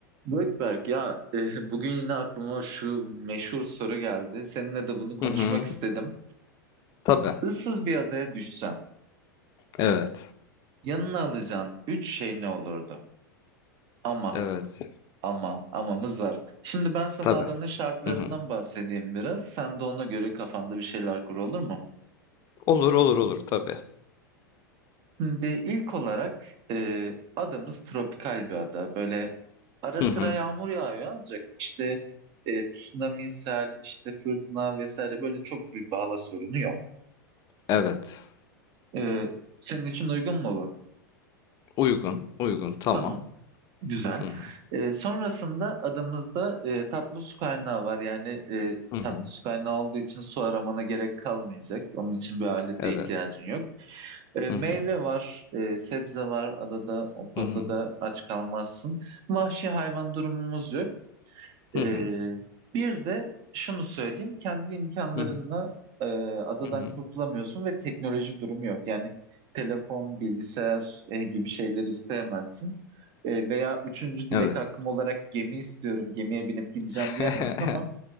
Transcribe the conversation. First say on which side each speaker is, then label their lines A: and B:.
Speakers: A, on the right; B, on the left.
A: Gökberk ya e, bugün yine aklıma şu meşhur soru geldi. Seninle de bunu konuşmak
B: Hı hı.
A: istedim.
B: Tabii.
A: Issız bir adaya düşsen
B: Evet.
A: yanına alacağın üç şey ne olurdu? Ama
B: Evet.
A: ama amamız var. Şimdi ben sana
B: Tabii.
A: adanın şartlarından
B: Hı hı.
A: bahsedeyim biraz. Sen de ona göre kafanda bir şeyler kur olur mu?
B: Olur olur olur tabii.
A: Şimdi ilk olarak e, adamız tropikal bir ada. Böyle ara
B: Hı
A: sıra
B: hı.
A: yağmur yağıyor ancak işte e, tsunami, sel, işte fırtına vesaire böyle çok büyük bir hava sorunu yok.
B: Evet.
A: Ee, senin için uygun mu bu?
B: Uygun. Uygun. Tamam.
A: Tamam. Güzel.
B: Hı hı.
A: Ee, sonrasında adamızda e, tatlı su kaynağı var. Yani e,
B: Hı hı.
A: tatlı su kaynağı olduğu için su aramana gerek kalmayacak. Onun için bir alete
B: Evet.
A: ihtiyacın yok. Ee,
B: Hı
A: meyve
B: hı.
A: var, e, sebze var adada. O konuda
B: Hı hı.
A: da aç kalmazsın. Vahşi hayvan durumumuz yok.
B: Hı
A: Ee,
B: hı.
A: bir de şunu söyleyeyim, kendi imkanlarınla
B: Hı hı.
A: e, adadan
B: Hı hı.
A: kurtulamıyorsun ve teknoloji durumu yok. Yani telefon, bilgisayar e, gibi şeyler isteyemezsin. E, veya üçüncü dilek
B: Evet.
A: hakkım olarak gemi istiyorum, gemiye binip gideceğim
B: <laughs>
A: diyemezsin ama